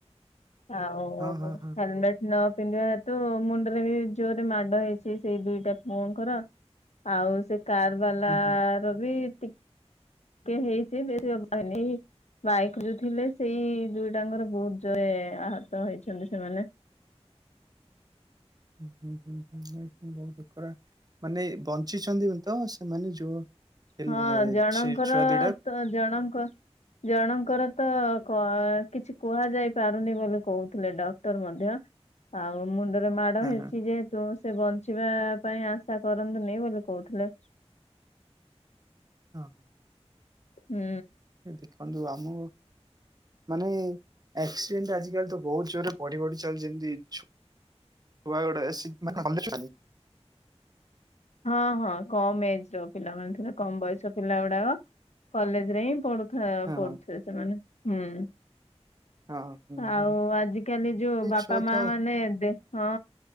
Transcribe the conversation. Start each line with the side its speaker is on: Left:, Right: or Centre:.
Left: ଆଉ
Right: ହଁ ହଁ ହଁ
Left: ହେଲମେଟ ନ ପିନ୍ଧିବା ହେତୁ ମୁଣ୍ଡରେ ବି ଜୋର ରେ ମାଡ ହେଇଛି ସେଇ ଦିଟା ପୁଅଙ୍କର। ଆଉ ସେ କାର ବାଲାର
Right: ହୁଁ ହୁଁ।
Left: ବିି ଟି କେ ହେଇଚି ବେଶି ବାଡେ ବାଇକ୍ ଯୋଉ ଥିଲେ ସେଇ ଦୁଇଟାଙ୍କର ବହୁତ ଜୋରେ ଆହତ ହେଇଛନ୍ତି ସେମାନେ। <inaudible>
Right: ହଁ ବହୁତ ଦୁଃଖର ମାନେ ବଞ୍ଚିଛନ୍ତି ତ ସେମାନେ ଯୋଉ ହେଲେ
Left: ହଁ ଜଣଙ୍କର
Right: ସେ ଛୁଆ ଦିଟା
Left: ତ ଜଣଙ୍କ ଜଣଙ୍କ ଙ୍କର ତ କିଛି କୁହାଯାଇ ପାରୁନି ବୋଲି କହୁଥିଲେ ଡକ୍ଟର ମଧ୍ୟ ଆଉ ମୁଣ୍ଡରେ ମାଡ
Right: ହଁ
Left: ହେଇଚି
Right: ହଁ
Left: ଯେହେତୁ ସେ ବଞ୍ଚିବା ପାଇଁ ଆଶା କରନ୍ତୁନେଇ ବୋଲି କରୁଥିଲେ।
Right: ହଁ।
Left: ହୁଁ।
Right: ଏ ଦେଖନ୍ତୁ ଆମକୁ ମାନେ ଆକ୍ସିଡେଣ୍ଟ ଆଜିକାଲି ତ ବୋହୁତ ଜୋରରେ ବଢି ବଢି ଚାଲଚି ଯେମତି ଛୁ ଆଗୁଡା ସି ମାନେ କଲେଜ ଯୋଉ ଯାନ୍ତି
Left: ହଁ ହଁ କମ୍ ଏଜର ପିଲାମାନେ ଥିଲେ କମ ବୟସ ପିଲା ଗୁଡାକ କଲେଜରେ ହିଁ ପଢୁଥା-ପଢୁଥୁବେ
Right: ହଁ ହଁ
Left: ସେମାନେ ହୁଁ।
Right: ହଁ ହୁଁ
Left: ଆଉ
Right: ହୁଁ।
Left: ଆଜିକାଲି ଯୋଉ ବାପା
Right: ଛୁଆ
Left: ମାଆମାନେ
Right: ତ
Left: ଦେ-ହଁ